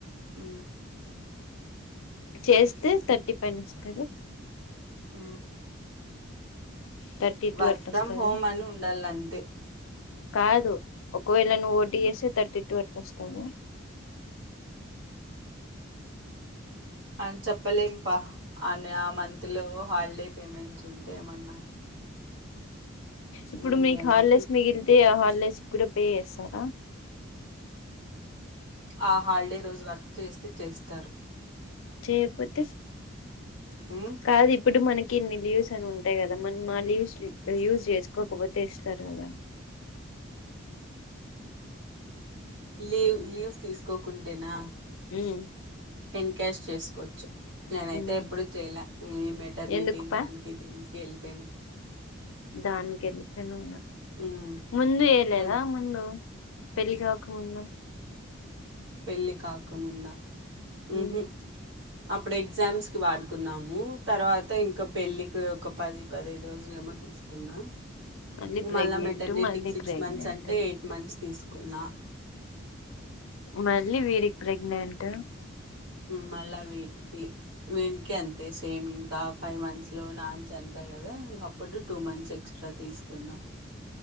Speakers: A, on the right (about 60°); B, on the left (about 75°).
A: ఊ
B: చేస్తే థర్టీ పైన వస్తద
A: ఊ
B: థర్టీ టూ
A: వర్క్
B: అట్లా
A: ఫ్రమ్
B: వస్తదా
A: హోమ్ అని ఉండాలంతే
B: కాదు ఒకవేళ నువ్వు ఓటీ చేసే థర్టీ టూ అట్లా వస్తద
A: అని చెప్పలేం పా అని ఆ మంత్లో హాలిడే పేమెంట్స్ ఉంటే ఏమన్నా
B: ఇప్పుడు
A: ఇంగ మీ
B: మీకు
A: అన్నకి
B: హార్లెస్ మిగిలితే ఆ హార్లేస్ కూడా పే చేస్తారా
A: ఆ హాలిడే రోజు వర్క్ చేస్తే చేస్తారు
B: చేయకపోతే
A: హ్మ్.
B: కాదు ఇప్పుడు మనకి ఇన్ని లీవ్స్ అని ఉంటాయి కదా మనం మా లీవ్స్ యూజ చేసుకోకపోతే ఇస్తారు కదా
A: లీవ్ లీవ్ తీసుకోకుంటేనా
B: ఉమ్,
A: టన్ క్యాష్ చేసుకోవచ్చు నేనైతే
B: ఉమ్.
A: ఎప్పుడు చేయలే ఈ మెటర్నిటీ
B: ఎందుకు పా
A: దానికి దీనికి వెళ్ళిపోయినా
B: దాన్కెలితేను
A: హ్మ్.
B: ముందు చేళదా
A: నేను
B: ముందు పెళ్లి కావకముందు
A: పెళ్ళికకు ముంద ఉహు
B: ఉమ్.
A: అప్పుడు ఎగ్జామ్స్ కి వాడుకున్నాము తర్వాత ఇంకా పెళ్ళికి ఒక పది పదహైదు రోజులు ఏమో తీసుకున్నా
B: మళ్ళీ ప్రెగ్నెంట్
A: మళ్ళా మెటర్నిటీకి
B: మళ్ళీ
A: సిక్స్
B: ప్రెగ్నెంట్
A: మంత్స్ అంటే ఎయిట్ మంత్స్ తీసుకున్నా
B: మళ్ళీ వీరికి ప్రెగ్నెంట్
A: మళా వీడికి వీనికి అంతే సేమ్ ఇంకా ఫైవ్ మంత్స్ లో నాన చనిపోయి కదా ఇంకప్పుడు టూ మంత్స్ ఎక్స్ట్రా తిసుకున్నా